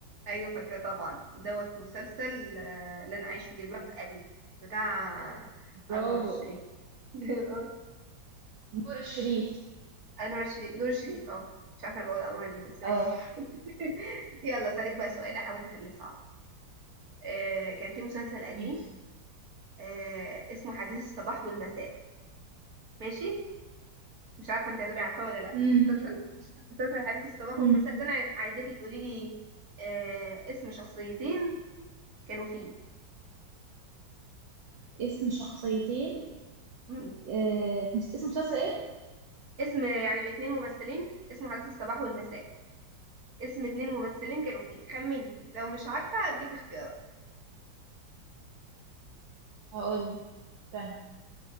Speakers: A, on the right; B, on the right.
A: ايوه فاكرة طبعا دوت مسلسل آه، لن اعيش في جلباب ابي بتاع
B: برافو
A: انور الشريف <laughs> آه،
B: نور الشريف
A: انور الشريف نور الشريف اه مش عارفة انا بقول انور ليه بس ماشي
B: اه
A: <laughs> يلا سألك بقى سؤال احاول اخليه صعب آه، كان في مسلسل قديم
B: ماشي
A: آه، اسمه حديث الصباح والمساء ماشي مش عارفه انت هتبقي عارفاه ولا لا
B: امم
A: مسلسل مسلسل حديث الصباح والمساء
B: امم
A: ده انا عايزاكي تقولي لي آه اسم شخصيتين كانوا فيه
B: اسم شخصيتين
A: مم.
B: آه. في مس- اسم مسلسل ايه؟
A: اسم يعني اتنين ممثلين اسمه حديث الصباح والمساء اسم اتنين ممثلين كانوا فيه خمني لو مش عارفه اديك اختيارات
B: هقول استنى